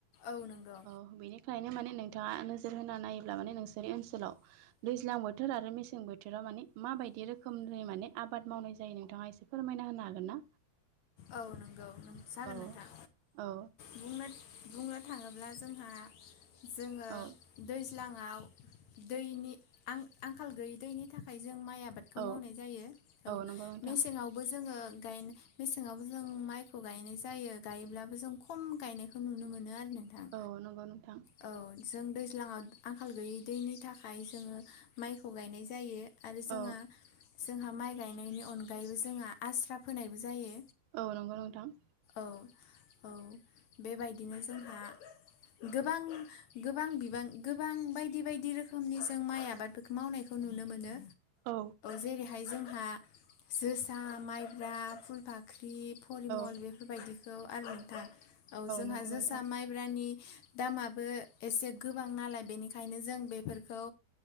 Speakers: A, on the left; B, on the right.
A: औ नंगौ।
B: औ बेनिखायनो माने नोंथाङा नोजोर होना नायोब्ला माने नोंसोर ओनसोलाव दैज्लां बोथोर आरो मेसें बोथोराव मा माने मा बायदि रोखोमनि मे आबाद मावनाय जायो नोंथाङा एसे फोरमायना होनो हागोन ना।
A: औ नंगौ जागोन
B: औ
A: नोंथां
B: औ
A: बुंनो थाङोब्ला जोंहा जोङो दै
B: औ
A: दैज्लांव दैनि आं - आंखाल गैयै दैनि थाखाय जों जों माइ आबादखौ
B: औ
A: मावनाय जायो औ
B: नंगौ नोंथां
A: मेसेङावबो जोङो गायनाय मेसेङावबो जों माइखौ गायनाय जायो गायोब्लाबो जों खम गायनायखौ नुनो मोनो आरो नोंथां
B: औ नंगौ नोंथां
A: औ जों दैज्लाङाव आंखाल गैयै दैनि थाखाय जोङो माइखौ गायनाय जायो आरो जोंहा
B: औ
A: जोंहा माइ गायनायनि अनगायैबो जोंहा आस्रा फोनायबो जायो।
B: औ नंगौ नोंथां
A: औ - औ बेबायदिनो जोंहा गोबां गोबां बिबां गोबां बायदि बायदि रोखोमनि जों माइ आबादफोरखौ मावनायखौ नुनो मोनो
B: औ
A: जेरैहाय जोंहा जोसा, माइब्रा, फुलफा फख्रि फरिमल
B: औ
A: बेफोरबायदिखौ आरो नोंथां औ जोंहा
B: नंगौ
A: जोसा
B: नोंथां
A: माइब्रानि दामाबो एसे गोबां नालाय बेनिखायनो जों बेफोरखौ